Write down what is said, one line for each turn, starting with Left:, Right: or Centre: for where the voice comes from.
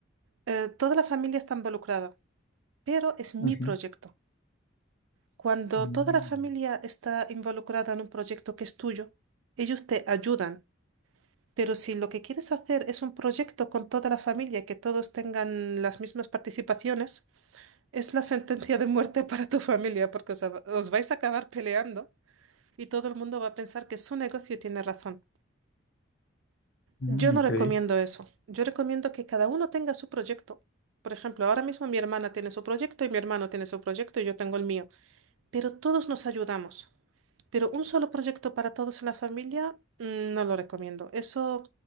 Right: eh, toda la familia está involucrada, pero es mi
Left: Ujú.
Right: proyecto. Cuando
Left: Mm,
Right: toda la familia está involucrada en un proyecto que es tuyo, ellos te ayudan, pero si lo que quieres hacer es un proyecto con toda la familia, que todos tengan las mismas participaciones, es la sentencia de muerte <laughs> para tu familia, porque os, ab- os vais a acabar peleando y todo el mundo va a pensar que su negocio tiene razón.
Left: mm,
Right: Yo no
Left: ok.
Right: recomiendo eso. Yo recomiendo que cada uno tenga su proyecto. Por ejemplo, ahora mismo mi hermana tiene su proyecto y mi hermano tiene su proyecto y yo tengo el mío. Pero todos nos ayudamos. Pero un solo proyecto para todos en la familia, mm, no lo recomiendo. Eso